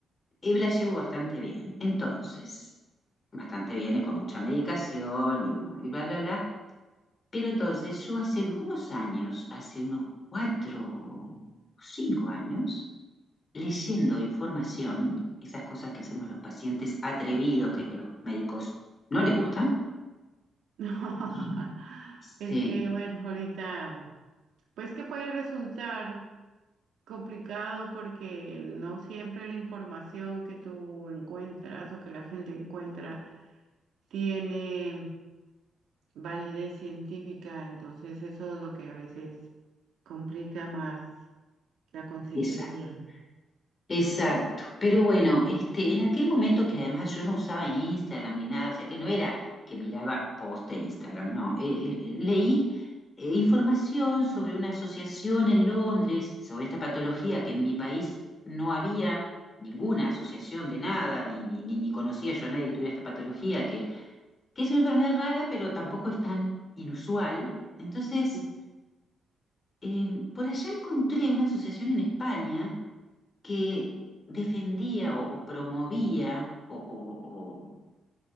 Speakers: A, on the left; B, on the right.
A: eh, la llevo bastante bien. Entonces, bastante bien, es con mucha medicación y, bueno, y bla, bla, bla. Pero entonces yo hace algunos años, hace unos cuatro o cinco años, leyendo información, esas cosas que hacemos los pacientes atrevidos que los médicos no les gustan.
B: No,
A: Mm. Sí,
B: es que bueno, ahorita, mm, pues que puede resultar complicado porque no siempre la información que tú encuentras o que la gente encuentra tiene validez científica, entonces eso es lo que a veces complica más la consejería.
A: exacto. Exacto. Pero bueno, este, en aquel momento que además yo no usaba Instagram ni nada, o sea que no era que miraba post de Instagram, no. Eh, eh, leí eh, información sobre una asociación en Londres, sobre esta patología que en mi país no había ninguna asociación de nada, ni, ni, ni- ni conocía yo a nadie que tuviera esta patología, que que es una enfermedad rara, pero tampoco es tan inusual. Entonces,
B: ¿no?
A: eh, por allá encontré una asociación en España que defendía o, o promovía o, o- o-